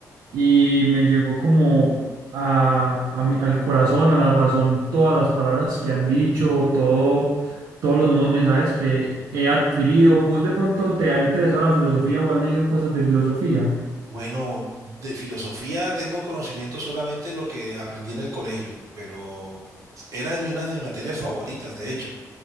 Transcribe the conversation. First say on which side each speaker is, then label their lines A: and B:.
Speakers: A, on the right; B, on the right.
A: y me llegó como a, a mi- al corazón, a la razón, todas las palabras que han dicho, todo, todos los nuevos mensajes que he adquirido. ¿Vos de pronto te ha interesado la filosofía o has leído cosas de filosofía?
B: Bueno, de filosofía tengo conocimiento solamente lo que aprendí en el colegio, pero era de una de mis materias favoritas, de hecho.